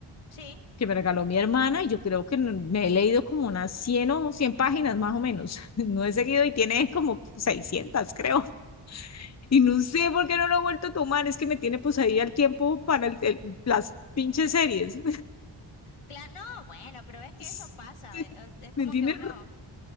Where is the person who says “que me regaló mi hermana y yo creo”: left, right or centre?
Left